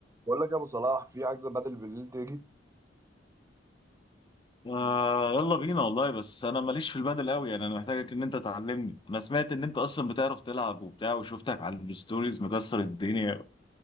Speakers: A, on the right; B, on the left.
A: بقول لك يا ابو صلاح في عجزه بدل بالليل تيجي
B: آه يلا بينا والله بس انا ماليش في البادل قوي يعني انا محتاجك ان انت تعلمني انا سمعت ان انت اصلا بتعرف تلعب وبتاع وشفتك على الستوريز مكسر الدنيا